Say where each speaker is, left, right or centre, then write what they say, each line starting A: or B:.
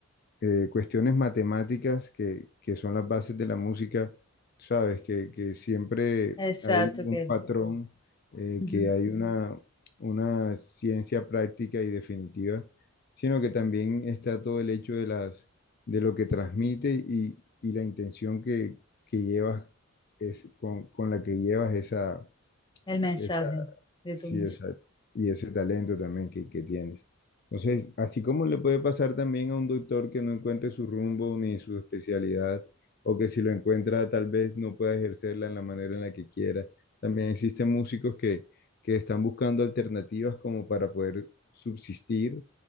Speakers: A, on the left (about 45°); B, on the left (about 20°).
A: eh, cuestiones matemáticas que, que son las bases de la música, sabes, que, que siempre
B: Exacto,
A: hay un
B: que
A: patrón, eh,
B: ujú,
A: que hay una, una ciencia práctica y definitiva, sino que también está todo el hecho de las, de lo que transmite y, y la intención que, que llevas es con, con la que llevas esa,
B: El mensaje
A: esa
B: de
A: Sí,
B: tu música.
A: exacto. Y ese talento también que, que tienes. Entonces, así como le puede pasar también a un doctor que no encuentre su rumbo ni su especialidad, o que si lo encuentra tal vez no pueda ejercerla en la manera en la que quiera, también existen músicos que, que están buscando alternativas como para poder subsistir